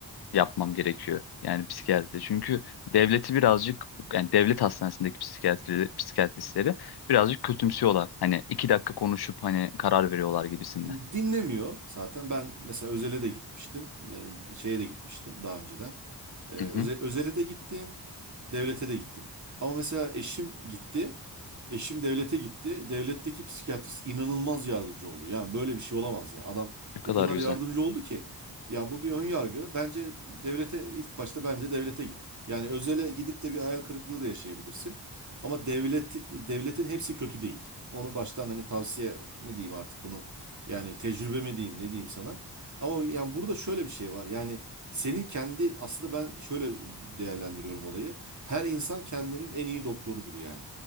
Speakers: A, on the left (about 65°); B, on the right (about 45°).
A: yapmam gerekiyor. Yani psikiyatride. Çünkü devleti birazcık yani devlet hastanesindeki psikiyatri, psikiyatristleri birazcık kötümsüyorlar. Hani iki dakika konuşup hani karar veriyorlar gibisinden.
B: dinlemiyor zaten. Ben mesela Özel'e de gitmiştim. e, şeye de gitmiştim daha önceden. E, Öze-
A: Hı hı.
B: Özel'e de gittim. Devlete de gittim. Ama mesela eşim gitti. Eşim devlete gitti. Devletteki psikiyatrist inanılmaz yardımcı oldu. Yani böyle bir şey olamaz ya. Adam
A: Ne kadar
B: o kadar
A: güzel.
B: yardımcı oldu ki. Ya bu bir ön yargı. Bence devlete ilk başta bence devlete git. Yani özele gidip de bir hayal kırıklığı da yaşayabilirsin. Ama devlet devletin hepsi kötü değil. Onu baştan hani tavsiye mi diyeyim artık bunu yani tecrübe mi diyeyim ne diyeyim sana. Ama yani burada şöyle bir şey var. Yani senin kendi aslında ben şöyle değerlendiriyorum olayı. Her insan kendinin en iyi doktorudur yani.